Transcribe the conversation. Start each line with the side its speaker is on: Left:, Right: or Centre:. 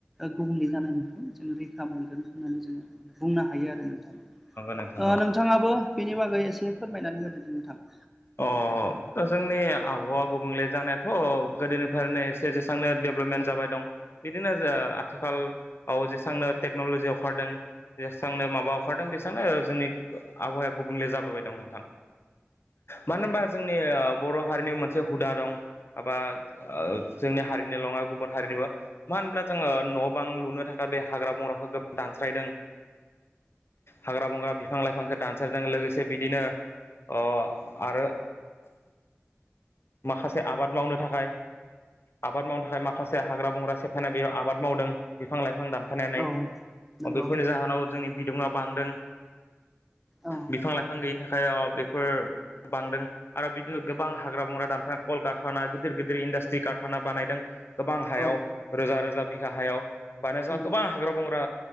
Centre: गुबुंले जानायनिफ्राय जों रैखा मोनगोन होननानै जोङो बुंनो हायो आरो। नोंथां।
Left: नोंथां
Centre: नोंथाङाबो बेनि बागै एसे फोरमायनानै होदोदिे नोंथां।
Left: अ जोंनि आबहावा गुबुंले जानायाथ' गोदोनिफ्रायनो जेसांनो डेभेलपमेन्ट जाबाय दं बिदिनो आथिखालाव जेसांनो टेक्न'लजियाव ओंखारदों जेसेबांनो माबा ओंखारदों बेसेबांनो जोंनि आबहावाया गुबुंले जाबोबाय दं नोंथां। मानो होनबा जोंनि बर' हारिनि मोनसे हुदा दं। ऐसा जोंनि हारिनि' नङा गुबुन हारिनिबो मानो होनब्ला जोंङो न' बां लुनो थाखाय बे हाग्रा बंग्राखौ दानस्रायदों हाग्रा बंग्रा बिफां लाइफांखौ दानसारजों लोगोसे बिदिनो अ आरो माखासे आबाद मावनो थाखाय आबाद मावनो थाखाय माखासे हाग्रा बंग्रा सेफायनाय बेयाव आबाद मावदों बिफां लाइफां दान खनानै
Centre: औ नंगौ
Left: बेफोरनि जाहोनाव जोंनि बिदुङा बांदों
Centre: औ
Left: बिफां लाइफां गैयिनि थाखाय बेफोर बांदों आरो बिदिनो गोबां हाग्रा बंग्रा दानफ्रा कल कारखाना गिदिर गिदिर इन्डास्ट्रि कारखाना बानायदों गोबां हायाव
Centre: औ
Left: रोजा रोजा बिघा हायाव बानो जोंहा
Centre: नंगौ
Left: गोबां हाग्रा बंग्रा